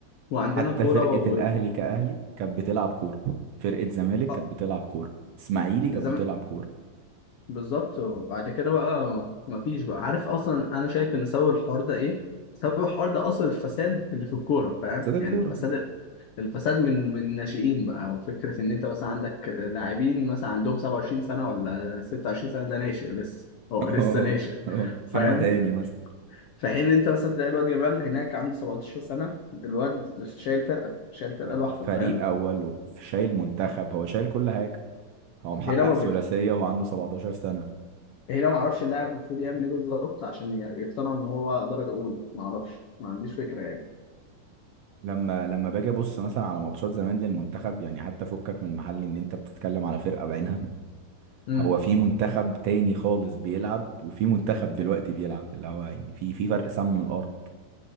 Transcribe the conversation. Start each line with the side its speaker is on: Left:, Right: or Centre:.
Left: وعندنا
Right: حتى
Left: كورة
Right: فرقه
Left: وال...
Right: الاهلي كاهلي كانت بتلعب كوره فرقه زمالك
Left: آه،
Right: كانت بتلعب كوره اسماعيلي كانت
Left: الزمالك
Right: بتلعب كوره
Left: بالظبط وبعد كده بقى مفيش بقى عارف اصلا انا شايف ان سبب الحوار ده ايه سبب الحوار ده اصل الفساد اللي في الكوره فاهم
Right: بس دي الكوره
Left: يعني الفساد
Right: <laughs>
Left: الفساد من من الناشئين بقى وفكره ان انت مثلا عندك لاعبين مثلا عندهم 27 سنه ولا 26 سنه ده ناشئ لسه هو لسه
Right: اه
Left: ناشئ
Right: اه
Left: فاهم
Right: محمد هاني مثلا
Left: في حين ان انت مثلا تلاقي الواد جمال هناك عنده 17 سنه الواد شايل فرقه شايل فرقه
Right: آه،
Left: لوحده
Right: فريق
Left: فاهم
Right: اول وشايل منتخب هو شايل كل حاجه هو محقق
Left: هنا ما
Right: ثلاثيه
Left: بيكتب
Right: وهو عنده 17 سنه
Left: هي لو ما اعرفش اللاعب المفروض يعمل ايه بالظبط عشان ي- يقتنع ان هو درجه اولى ما اعرفش ما عنديش فكره يعني
Right: لما لما باجي ابص مثلا على ماتشات زمان للمنتخب يعني حتى فكك من المحل ان انت بتتكلم على فرقة بعينها
Left: امم
Right: هو في منتخب تاني خالص بيلعب وفي منتخب دلوقتي بيلعب اللي هو يعني في في فرق سما من الارض